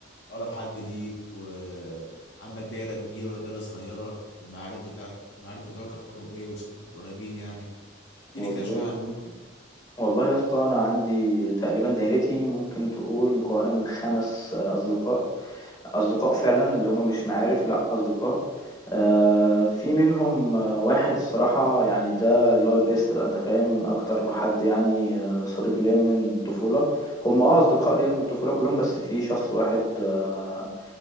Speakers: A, on the left; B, on the left.
A: اقرب حد ليك وعندك دايره كبيره ولا دايره صغيره والمعارف بتاعتك المعارف بتوعك اخبارهم ايه واصحابك القريبين يعني احكي
B: والله
A: لي كده شويه عنهم
B: والله يا اسطى انا عندي تقريبا دايرتي ممكن تقول مكونه من خمس آه، اصدقاء اصدقاء فعلا اللي هم مش معارف لا اصدقاء آه، في منهم آه، واحد الصراحه يعني ده اللي هو البيست بقى انت فاهم اكتر حد يعني آه، صديق ليا من الطفوله هم اه اصدقاء ليا من الطفوله كلهم بس في شخص واحد آه،